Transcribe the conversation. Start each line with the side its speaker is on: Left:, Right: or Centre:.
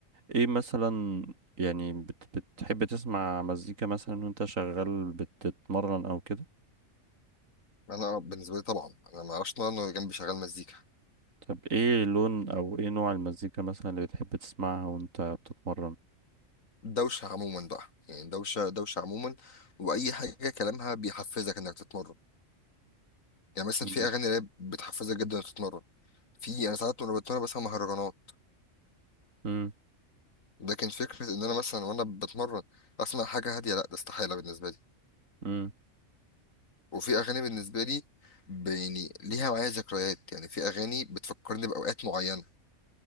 Right: ايه مثلا يعني بت... بتحب تسمع مزيكا مثلا وانت شغال بتتمرن او كده
Left: انا بالنسبه لي طبعا انا ما اعرفش ان انا جنبي شغال مزيكا
Right: طب ايه لون او ايه نوع المزيكا مثلا اللي بتحب تسمعها وانت بتتمرن
Left: دوشه عموما بقى يعني دوشه دوشه عموما واي حاجه كلامها بيحفزك انك تتمرن يعني مثلا
Right: مم.
Left: في اغاني راب بتحفزك جدا انك تتمرن في انا ساعات وانا بتمرن بسمع مهرجانات
Right: مم.
Left: لكن فكره ان انا مثلا وانا بتمرن اسمع حاجه هاديه لا ده استحاله بالنسبه لي
Right: مم.
Left: وفي اغاني بالنسبه لي ب- يعني ليها معايا ذكريات يعني في اغاني بتفكرني باوقات معينه